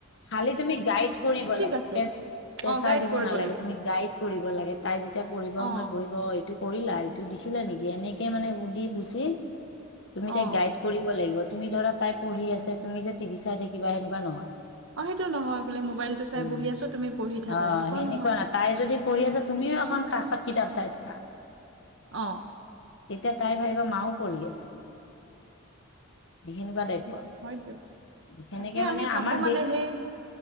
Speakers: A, on the left; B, on the right.
A: খালি তুমি গাইড কৰিব লাগে,
B: আছে
A: পে প্ৰেছাৰ
B: অ গাইড
A: দিব
B: কৰিব
A: নালাগে
B: লাগে
A: তুমি গাইড কৰিব লাগে তাই যেতিয়া পঢ়িব সময়ত
B: অ
A: বহিব এইটো কৰিলা এইটো দিছিলা নেক এনেকে মানে সুধি গুচি, তুমি
B: অ
A: তাইক গাইড কৰিব লাগিব। তুমি ধৰা তাই পঢ়ি আছে, তুমি যে টিভি চাই থাকিবা সেনেকোৱা নহয়।
B: অ সেইটো নহয় বোলে মোবাইলটো চাই
A: উম,
B: বহি আছো তুমি পঢ়ি থাকা
A: অ
B: এনেকুৱা
A: সেনেকুৱা
B: নহয়
A: নাই তাই যদি পঢ়ি আছে তুমি তুমিও এখন কাষত কিতাপ চাই থাকা।
B: অহ।
A: তেতিয়া তাই ভাবিব মাও পঢ়ি আছে, সেনেকুৱা দায়িত ত্ব,
B: হয় দিয়ক
A: সেনেকে
B: তাকে
A: মানে
B: আমি ভাবো
A: আমাৰ
B: মানে
A: দে
B: সেই